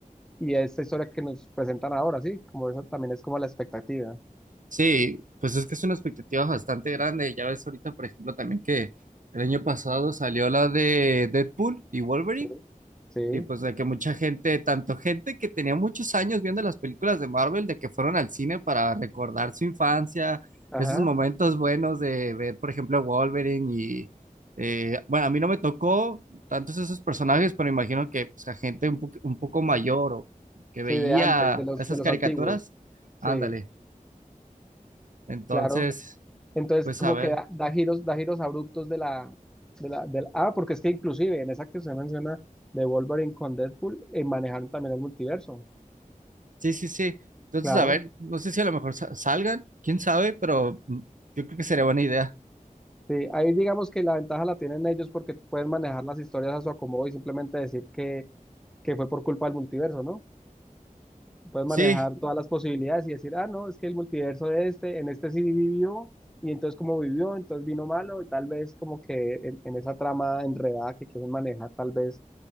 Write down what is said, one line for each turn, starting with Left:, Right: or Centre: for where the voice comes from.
Centre: y esta historia que nos presentan ahora, sí, como eso también es como la expectativa,
Right: Sí, pues es que es una expectativa bastante grande, ya ves ahorita, por ejemplo, también que el año pasado salió la de Deadpool y Wolverine.
Centre: sí, sí,
Right: Y pues de que mucha gente, tanto gente que tenía muchos años viendo las películas de Marvel, de que fueron al cine para recordar su infancia,
Centre: ajá,
Right: esos momentos buenos de ver, por ejemplo, Wolverine y, eh, bueno, a mí no me tocó tantos esos personajes, pero imagino que pues, a gente un, po- un poco mayor o que
Centre: sí,
Right: veía
Centre: de antes, de los,
Right: esas
Centre: de los
Right: caricaturas,
Centre: antiguos,
Right: ándale.
Centre: sí,
Right: Entonces,
Centre: claro. Entonces,
Right: pues
Centre: como
Right: a ver,
Centre: que da, da giros, da giros abruptos de la, de la, de la- Ah, porque es que inclusive en esa que usted menciona de Wolverine con Deadpool, eh, manejaron también el multiverso,
Right: sí, sí, sí. Entonces,
Centre: claro.
Right: a ver, no sé si a lo mejor sa- salgan, quién sabe, pero mm, yo creo que sería buena idea.
Centre: Sí, ahí digamos que la ventaja la tienen ellos porque pueden manejar las historias a su acomodo y simplemente decir que, que fue por culpa del multiverso, ¿no? Pueden
Right: Sí,
Centre: manejar todas las posibilidades y decir, ah, no, es que el multiverso de este, en este sí vivió, y entonces como vivió, entonces vino malo, y tal vez como que en, en esa trama enredada que quieren manejar, tal vez